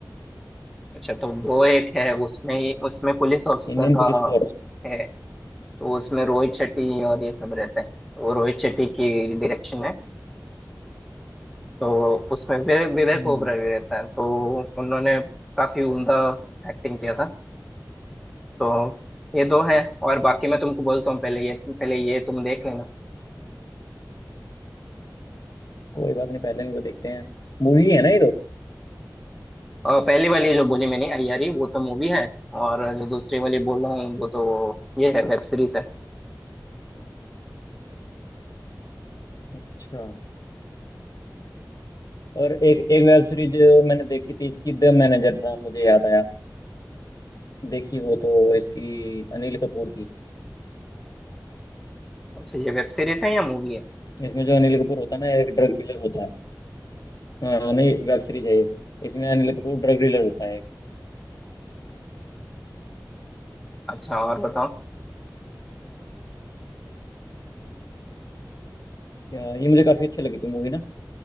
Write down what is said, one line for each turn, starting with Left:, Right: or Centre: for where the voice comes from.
Centre: अच्छा तो वो एक है उसमें उसमें पुलिस ऑफिसर
Left: Indian
Centre: का
Left: police force
Centre: है तो उसमें रोहित शेट्टी और ये सब रहते हैं वो रोहित शेट्टी की डायरेक्शन है तो उसमें वि- विवेक
Left: हम्म,
Centre: ओबराय भी रहता है तो उन्होंने काफी उम्दा एक्टिंग किया था तो ये दो हैं और बाकी मैं तुमको बोलता हूँ पहले ये पहले ये तुम देख लेना
Left: कोई बात नहीं पहले इनको देखते हैं मूवी है ना ये तो
Centre: अ, पहली वाली जो बोली मैंने अय्यारी वो तो मूवी है और जो दूसरी वाली बोल रहा हूँ वो तो ये है वेब सीरीज है
Left: अच्छा और एक एक वेब सीरीज मैंने देखी थी इसकी द मैनेजर नाम मुझे याद आया देखी हो तो इसकी अनिल कपूर की
Centre: अच्छा ये वेब सीरीज है या मूवी है
Left: इसमें जो अनिल कपूर होता है ना एक ड्रग डीलर होता है हाँ नहीं वेब सीरीज है ये इसमें अनिल कपूर ड्रग डीलर होता है एक।
Centre: अच्छा और बताओ
Left: या, ये मुझे काफी अच्छी लगी थी मूवी ना